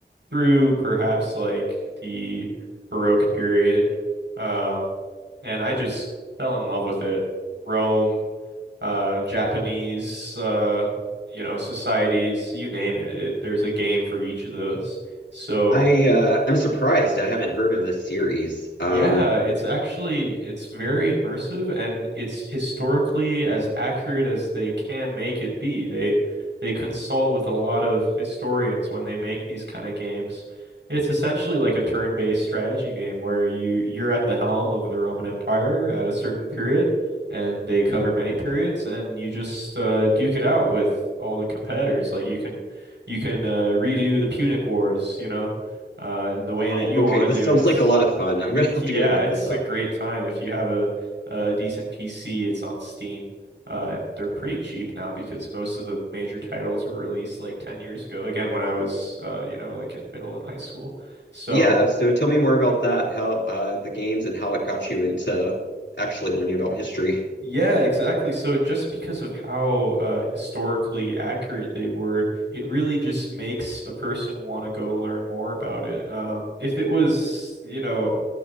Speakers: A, on the right (about 75°); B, on the left (about 75°).
A: through perhaps like the Baroque period. Um, and I just fell in love with it. Rome, uh, Japanese, uh, you know, societies, you name it, it. There's a game for each of those. So.
B: I uh, I'm surprised I haven't heard of this series. Um,
A: Yeah, it's actually it's very immersive and it's historically as accurate as they can make it be. They they consult with a lot of historians when they make these kind of games. It's essentially like a turn-based strategy game where you you're at the helm of the Roman Empire at a certain period and they cover many periods and you just uh, duke it out with all the competitors. Like you can you can uh, redo the Punic Wars, you know, uh, in the way that
B: oh,
A: you
B: okay,
A: want
B: this
A: to do
B: sounds
A: it. It's
B: like a lot of fun. I'm gonna <laughs> have
A: yeah,
B: to go look
A: it's
B: this up.
A: a great time if you have a, a decent PC. It's on Steam, uh, and they're pretty cheap now because most of the major titles were released like 10 years ago. Again, when I was, uh, you know, like in middle and high school. So
B: Yeah, so tell me more about that, how uh, the games and how it got you into actually learning about history.
A: yeah, exactly. So just because of how uh, historically accurate they were, it really just makes a person want to go learn more about it. Um, if it was, you know.